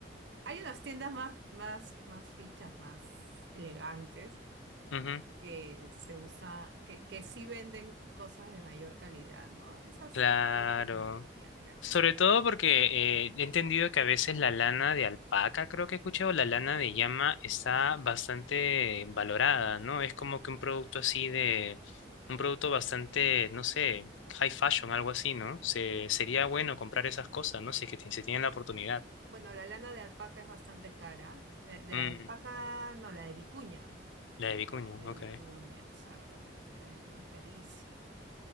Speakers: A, on the right (about 65°); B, on the left (about 85°).
A: Hay unas tiendas más, más, más fichas, más elegantes,
B: ujú,
A: que se usa, que, que sí venden cosas de mayor calidad, ¿no? Esas
B: Claro.
A: sí las recomendaría, creo.
B: Sobre todo porque eh, he entendido que a veces la lana de alpaca, creo que he escuchado, la lana de llama está bastante valorada, ¿no? Es como que un producto así de, un producto bastante, no sé, high fashion, algo así, ¿no? Se, sería bueno comprar esas cosas, ¿no? Si es que ti- se tiene la oportunidad.
A: Bueno, la lana de alpaca es bastante cara. Eh, La
B: Mm,
A: de alpaca, no, la de vicuña.
B: la de vicuña,
A: La de
B: ok.
A: vicuña, exactamente. La de vicuña es carísima.